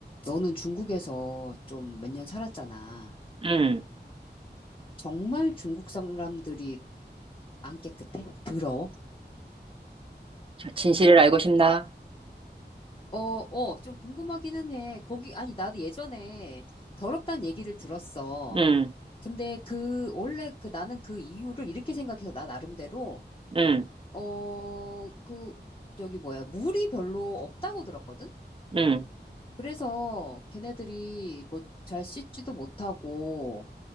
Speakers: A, on the left; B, on the right.
A: 너는 중국에서 좀 몇 년 살았잖아.
B: 음,
A: 정말 중국 사람들이 안 깨끗해? 더러워?
B: 진실을 알고 싶나?
A: 어, 어, 좀 궁금하기는 해. 거기, 아니, 나도 예전에 더럽다는 얘기를 들었어.
B: 음,
A: 근데 그, 원래 그 나는 그 이유를 이렇게 생각해서 나 나름대로,
B: 음,
A: 어, 그, 저기 뭐야, 물이 별로 없다고 들었거든?
B: 음,
A: 그래서 걔네들이 뭐 잘 씻지도 못하고,